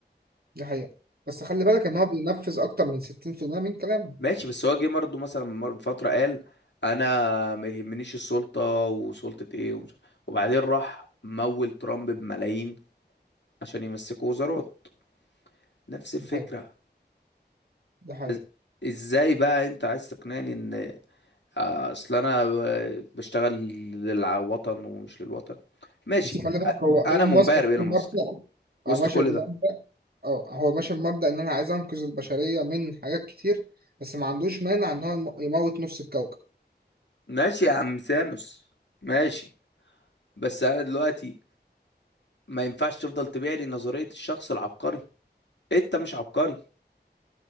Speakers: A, on the right (about 60°); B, on the left (about 85°).
A: ده حقيقة بس خلي بالك ان هو بينفذ اكتر من 60% من كلامه
B: ماشي بس هو جه برضه مثلا من مر- من فترة قال انا ما يهمنيش السلطة وسلطة ايه ومش وبعدين راح مول ترامب بملايين عشان يمسكوا وزارات نفس الفكرة
A: ده حقيقة ده حقيقة
B: إز- ازاي بقى انت عايز تقنعني ان آه، اصل انا ب- بشتغل للوطن ومش للوطن ماشي
A: بس خلي بالك
B: أ-
A: هو
B: انا
A: ايلون
B: منبهر
A: ماسك ماشي
B: بايلون
A: بمبدأ
B: ماسك وسط
A: او ماشي
B: كل ده
A: اه هو ماشي بمبدأ ان انا عايز انقذ البشرية من حاجات كتير بس ما عندوش مانع ان هو يم- يموت نص الكوكب
B: ماشي يا عم سانوس ماشي بس انا دلوقتي ما ينفعش تفضل تبيع لي نظرية الشخص العبقري انت مش عبقري